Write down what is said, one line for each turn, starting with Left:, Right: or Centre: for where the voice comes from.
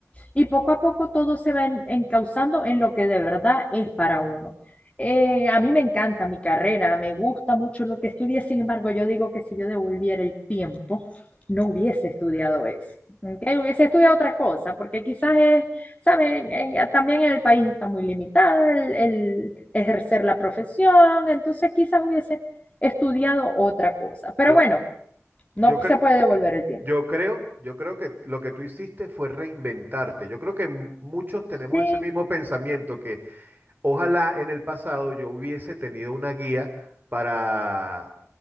Left: Y poco a poco todo se va en- encauzando en lo que de verdad es para uno. Eh, a mí me encanta mi carrera, me gusta mucho lo que estudié, sin embargo, yo digo que si yo devolviera el tiempo, no hubiese estudiado eso, ¿ok? Hubiese estudiado otra cosa, porque quizás es, saben, Eh, también en el país está muy limitada el el ejercer la profesión, entonces quizás hubiese estudiado otra cosa. Pero
Right: Yo,
Left: bueno. No
Right: yo creo.
Left: se puede devolver el tiempo.
Right: Yo creo, yo creo que lo que tú hiciste fue reinventarte. Yo creo que m- muchos tenemos
Left: Sí.
Right: ese mismo pensamiento que ojalá en el pasado yo hubiese tenido una guía para